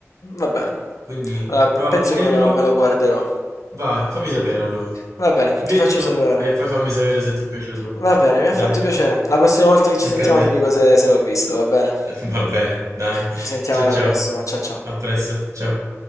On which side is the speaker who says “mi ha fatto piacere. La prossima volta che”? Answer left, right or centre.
Left